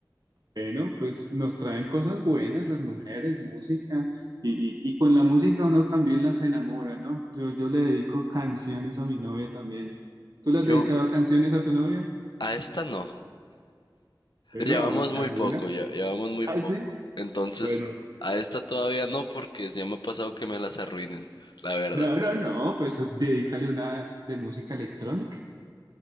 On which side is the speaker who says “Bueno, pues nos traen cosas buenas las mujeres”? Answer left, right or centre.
Right